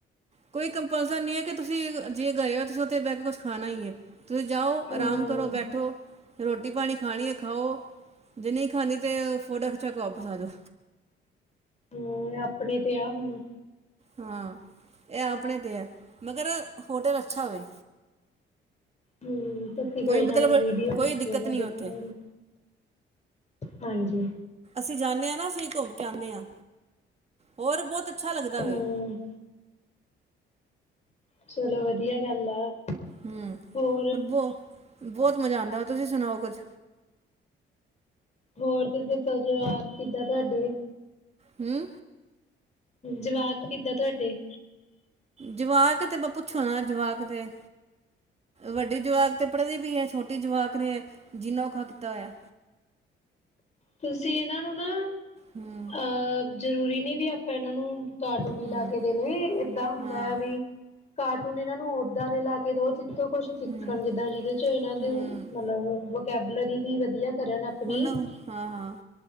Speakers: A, on the right (about 30°); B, on the left (about 35°).
A: ਕੋਈ ਕੰਪਲਸਰ ਨਹੀਂ ਹੈ ਕਿ ਤੁਸੀਂ ਜੇ ਗਏ ਹੋ ਤੁਸੀਂ ਉੱਥੇ ਬਹਿ ਕੇ ਕੁਛ ਖਾਣਾ ਹੀ ਹੈ ਤੁਸੀਂ ਜਾਓ
B: ਹੂੰ,
A: ਆਰਾਮ ਕਰੋ ਬੈਠੋ ਰੋਟੀ ਪਾਣੀ ਖਣੀ ਖਾਓ ਜ ਨਹੀਂ ਖਣੀ ਫਾ ਚੱਕ ਵਾਪਸ ਆ ਜਾੋ
B: ਹਮ ਆਪਣੇ ਤੇ ਆ ਹੁਣ
A: ਹਾਂ ਇਹ ਆਪਣੇ ਤੇ ਹੈ ਮਗਰ ਹੋਟਲ ਅੱਛਾ ਹੋਵੇ
B: ਹਮ ਤੁਸੀਂ ਕੋਈ
A: ਮਤਲਬ
B: ਨਾ ਮੈਨੂੰ ਵੀਡੀਓ
A: ਕੋਈ
B: ਭੇਜਿਓ
A: ਦਿੱਕਤ
B: ਮੈਂ
A: ਨਹੀਂ
B: ਦੇਖਾਂਗੀ
A: ਉੱਥੇ
B: ਹਾਂਜੀ
A: ਅਸੀਂ ਜਾਂਦੇ ਹਾਂ ਨਾ ਅਸੀਂ ਘੁੰਮ ਕੇ ਆਦੇ ਹਾਂ ਹੋਰ ਬਹੁਤ ਅੱਛਾ ਲੱਗਦਾ
B: ਹੂੰ
A: ਵੈ।
B: ਚਲੋ ਵਧੀਆ ਗੱਲ ਆ
A: ਹੂੰ
B: ਹੋਰ
A: ਬਹੁ ਬਹੁਤ ਮਜ਼ਾ ਆਉਂਦਾ। ਤੁਸੀਂ ਸੁਣਾਓ ਕੁਛ।
B: ਹੋਰ ਤੁਸੀਂ ਦੱਸੋ ਜੋ ਕਿੱਦਾਂ ਤੁਹਾਡੇ।
A: ਹੂੰ
B: ਜਵਾਕ ਕਿੱਦਾਂ ਤੁਹਾਡੇ।
A: ਜਵਾਕ ਤੇ ਪੁੱਛੋ ਨਾ ਜਵਾਕ ਤੇ ਵੱਡੀ ਜਵਾਕ ਤੇ ਕੱਪੜੇ ਦੀ ਵੀ ਹੈ ਛੋਟੀ ਜਵਾਕ ਨੇ ਜਿੰਨਾ ਔਖਾ ਕੀਤਾ ਹੋਇਆ।
B: ਤੁਸੀਂ ਇਹਨਾਂ ਨੂੰ ਨਾ
A: ਹਮ
B: ਅਹ। ਜ਼ਰੂਰੀ ਨੀ ਵੀ ਆਪਾਂ ਇਹਨਾਂ ਨੂੰ ਕਾਰਟੂਨ ਹੀ
A: ਹਮ
B: ਲਾ ਕੇ ਦੇਣੇ ਏਦਾਂ ਹੁੰਦਾ
A: ਹਾਂ
B: ਆ ਵੀ ਕਾਰਟੂਟਨ ਇਹਨਾਂ ਨੂੰ ਉਓਦਾਂ ਦੇ ਲਾ ਕੇ ਦੋ ਜਿੱਥੋਂ ਕੁਛ ਸਿੱਖਣ
A: ਹਮ
B: ਜਿੱਦਾਂ ਜਿਹਦੇ ਚ ਇਹਨਾਂ ਦੇ
A: ਹਮ
B: ਮਤਲਬ ਕੈਬਲਰੀ ਵੀ ਵਧੀਆ। ਕਰਨ ਆਪਣੀ
A: ਹੁਣ ਹਾਂ ਹਾਂ।